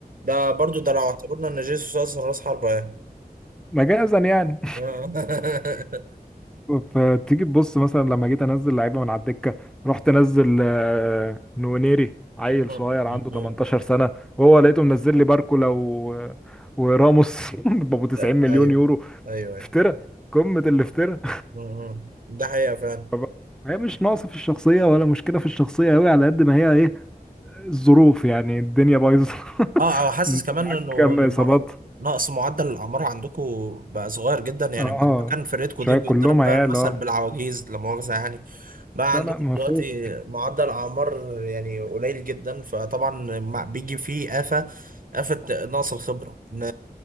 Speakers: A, on the right; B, in the centre.
A: ده برضه ده لو اعتبرنا ان جيسوس اصلا راس حربه يعني
B: فمجازا يعني
A: <laughs> آه.
B: فتيجي تبص مثلا لما جيت انزل لعيبه من على الدكه رحت انزل آه، نونيري عيل
A: مم.
B: صغير
A: مم.
B: عنده 18 سنه وهو لقيته منزل لي باركولا و... وراموس <laughs> بابو 90
A: لا
B: مليون
A: ايوه
B: يورو
A: ايوه ايوه
B: افترى قمه الافتراء
A: مم. ده حقيقة فعلا
B: فب- هي مش ناقصه في الشخصيه ولا مشكله في الشخصيه قوي على قد ما هي ايه الظروف يعني الدنيا بايظه
A: اه
B: <laughs>
A: او حاسس
B: انت
A: كمان
B: معاك
A: انه
B: كام
A: الم-
B: اصابات
A: نقص معدل الاعمار عندكم بقى صغير جدا يعني
B: اه
A: بعد ما كان فرقتكم
B: شويه
A: دي بتضرب
B: كلهم عيال
A: بقى المثل
B: اه
A: بالعواجيز لا مؤاخذة يعني بقى
B: لا
A: عندكم
B: لا مفهوم
A: دلوقتي معدل اعمار يعني قليل جدا فطبعا مع- بيجي فيه آفة آفة نقص الخبرة ان